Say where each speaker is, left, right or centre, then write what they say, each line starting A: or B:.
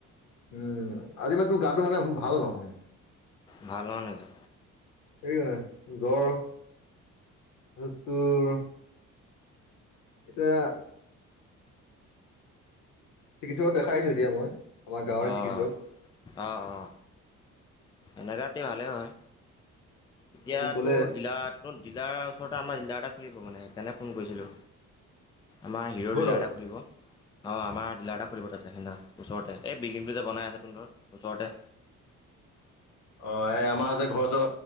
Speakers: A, on the left; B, on the left.
A: উম, আজি মানে তোৰ গাটো মানে ভাল নহয়।
B: ভাল নকি
A: সেই হয় নে জ্বৰ তোৰ এতিয়া চিকিৎসক দেখাইছো এতিয়া মই আমাৰ গাঁৱৰে
B: অ-অ-অ
A: চিকিৎসক
B: এনেুৱ ৰাতি ভালেই হয়। এতিয়া
A: মোক ক'লে
B: তোৰ ডিলাৰত ডিলাৰ ওচৰত আমাৰ ডিলাৰ এটা খুলিব মানে সেইকাৰণে ফোন কৰিছিলো। আমাৰ হিৰ'
A: কিহতৰ
B: ডিলাৰ এটা খুলিব অ, আমাৰ ডিলাৰ এটা খুলিব তাতে সেইদিনা ওচৰতে এই বিল্ডিংটো যে বনাই আছে তোন ধৰ ওচৰতে
A: আহ এই আমাৰ যে ঘৰচ